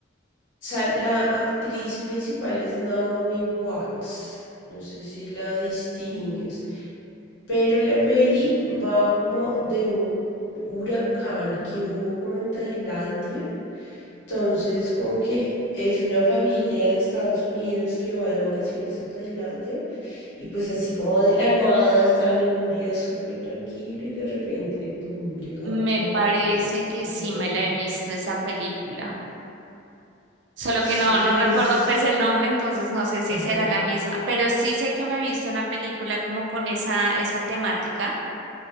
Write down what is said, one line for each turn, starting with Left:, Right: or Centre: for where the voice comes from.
Left: Sal- la actriz principal es Naomi Watts. No sé si la distingues.
Right: Mm,
Left: Pero la peli va como de un huracán que hubo como en Tailandia. Entonces, como que es una familia de Estados Unidos que va de vacaciones a Tailandia y pues así como de la nada estaban en un día súper tranquilo y de repente, ¡pum!, llega
Right: Me
Left: como
Right: parece
Left: el,
Right: que
Left: el
Right: sí
Left: huracán.
Right: me la he visto esa película, solo
Left: Sí,
Right: que no, no recuerdo
Left: es...
Right: pues el nombre, entonces no sé si
Left: Ajá.
Right: será la misma, pero sí sé que me he visto una película como con esa, esa temática.